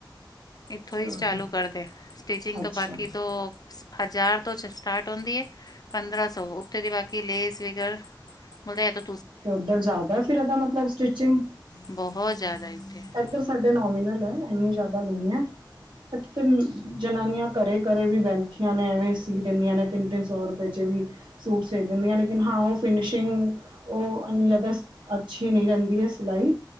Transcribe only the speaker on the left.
ਇਥੋਂ ਹੀ
ਸਿਲਾਲੋ। ਕਰ ਦੇ ਸਟੀਿਚਿੰਗ
ਤਾਂ ਬਾਕੀ ਤੋਂ ਹਜ਼ਾਰ ਕੁਛ ਸਟਾਰਟ ਹੁੰਦੀ ਹੈ ਪੰਦਰਾਂ ਸੌ ਉੱਤੇ ਦੀ ਬਾਕੀ ਲੇਸ ਵਗੈਰ ਬੋਲਦੇ ਹੈ ਏਤੋ
ਬਹੁਤ ਜ਼ਿਆਦਾ ਇੱਥੇ